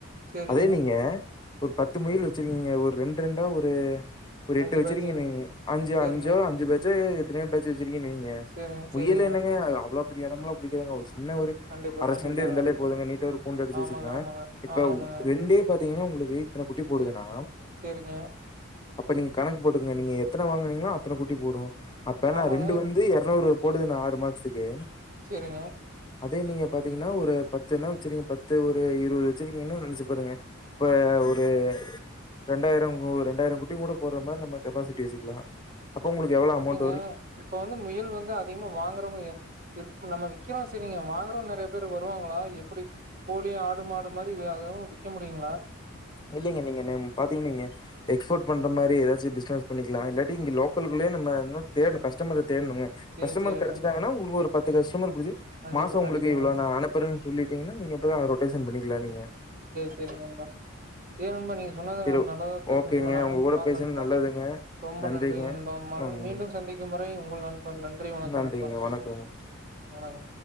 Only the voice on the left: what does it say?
அதே நீங்க ஒரு பத்து முயல் வச்சிருக்கீங்க ஒரு ரெண் ரெண்டா ஒரு ஒரு
எட்டு வச்சிருக்கீங்க
நீங்க அஞ்சு
அஞ்சோ அஞ்சு பேட்சா திரியாம் பேசீஸ் <unintelligible> சரிய நீங்க
முயல் என்னங்க அ அவ்வளோ இடமெல்லாம் புடிக்காதுங்கோ என்ன ஒரு
அரசென்டு
இருந்தாலே போதுங்க நீட்டா ஒரு கூண்டு அடிச்சி
வச்சிக்கலா
இப்ப
ரெண்டே ப திங்என்னா உங்களுக்கு இத்தன குட்டி போடுதுனா
அப்ப நீங்க கணக்கு போட்டுக்கோங்க நீங்க எத்தன வாங்குவீங்களோ அத்தன குட்டி போடும் அப்பனா
ரெண்டு வந்து இரநூறு போடுதுன்னா ஆறு மாசத்துக்கு
அதே நீங்க பாத்தீங்கன்னா ஒரு பத்துன்னா வச்சிருகீங்க பத்து ஒரு இருவது வச்சிருக்கீங்கன்னா நெனச்சி பாருங்க இப்ப ஒரு ரெண்டாயிரம் ஒரு ரெண்டாயிரம் குட்டிங்க கூட போட்ற மாரி நம்ம கெப்பாசிட்டி வச்சுக்கலா அப்போ உங்களுக்கு எவ்வளோ அமோன்ட்
இல்லைங்க நீங்க பாத்தீங் நீங்க எக்ஸ்போர்ட் பண்ற மாரி ஏதாச்சி பிஸ்னஸ் பண்ணிக்கலா இல்லாட்டி இங்க லோக்கல்குள்ளேயே நம்ம இன்னும் தேடன்னு கஸ்டமர் இரு தேட்ணுங்க
கஸ்டமர்
கெடச்சிட்டாங்கன்னா உங்களுக்கு ஒரு பத்து தில்ளோஸ் <unintelligible> கஸ்டமர் புடிச்சி
மாச உங்களுக்கு
இவளோ நா அனுப்புறேன்னு சொல்லிட்டீங்கன்னா நீங்க இப்பவே ரொட்டேஷன் பண்ணிக்கலா நீங்க
சரி
ஓகேங்க
உங்க கூட
பேசுனது
நல்லதுங்க
நன்றிங்க
ம்
நன்றிங்க
வணக்கங்க